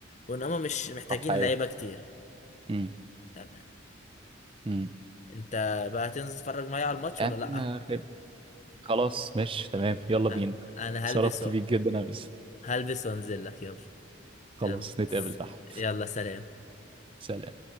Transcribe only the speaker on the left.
وان هم مش محتاجين
لعيبه كتير
تمام
انت بقى هتنزل تتفرج معايا على الماتش
ولا لا
أ- انا
هلبس و-
هلبس وانزل لك يلا
يلا
يلا سلام